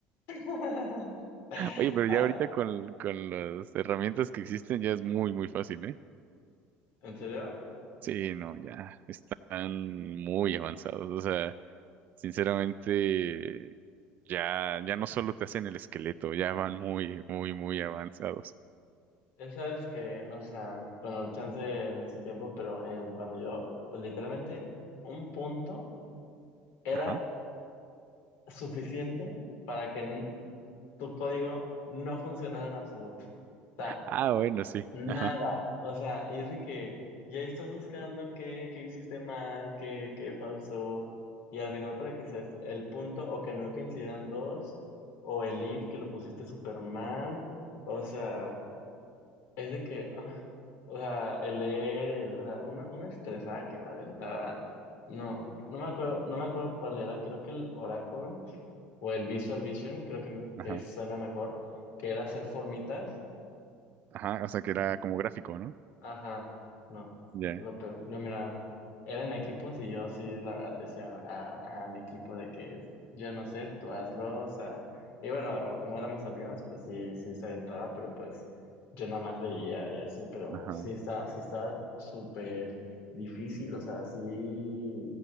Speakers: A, on the left; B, on the right.
A: <laughs>
B: Oye, pero
A: Ah,
B: ya ahorita con, con las herramientas que existen ya es muy, muy fácil, ¿eh?
A: ¿en serio?
B: Sí, no, ya están muy avanzados. O sea, sinceramente, ya, ya no solo te hacen el esqueleto, ya van muy, muy, muy avanzados.
A: Esa es que, o sea, bueno, el chance en su tiempo, pero en, cuando yo, pues, literalmente, un punto era
B: Ajá.
A: suficiente para que n- tu código no funcionara en absoluto. O sea,
B: Ah, bueno, sí.
A: nada.
B: Ajá,
A: O sea, y es de que ya estás buscando qué, qué hiciste mal, qué, qué pasó. Y al final para que seas el punto o que no coincidan dos, o el if que lo pusiste súper mal. O sea, es de que, ah, o sea, el leer, el- o sea, una, una estresada que me aventaba. No, no me acuerdo, no me acuerdo cuál era, creo que el Oracle o el Visual Vision, creo que, me-
B: ajá,
A: que suena mejor, que era hacer formitas.
B: ajá. O sea, que
A: Mm,
B: era como gráfico, ¿no?
A: Ajá, no,
B: Ya,
A: lo peor, no, mira, eran equipos y yo sí, la verdad, decía a, a mi equipo de que yo no sé, tú hazlo, o sea, y bueno, como éramos amigos, pues sí, sí se aventaba, pero pues yo nada más veía y así, pero
B: ajá.
A: sí estaba, sí estaba súper difícil, o sea, sí,